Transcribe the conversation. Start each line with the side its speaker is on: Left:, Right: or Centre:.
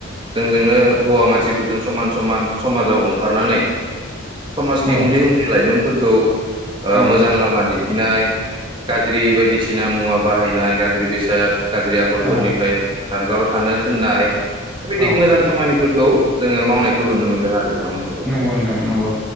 Right: जोंजोंनो हौवा मानसिफोरजों समान समान समाजाव ओंखारनानै समाजनि
Centre: औ
Right: उन्दै उन्दै लाइमोनफोरखौ ओ
Centre: औ
Right: मोजां लामा दिन्थिनाय गाज्रि बायदिसिना मुवा बाहायनाय गाज्रि बेसा <unintelligible> गाज्रि आखलफोरनिफ्राय
Centre: औ
Right: जानगाराव थानो थोननाय बेबायदि
Centre: औ
Right: मोजां खामानिफोरखौ जोङो मावनायखौ नुनो मोनदों आरो बिथांमोनखौबो
Centre: नंगौ नोंथां नंगौ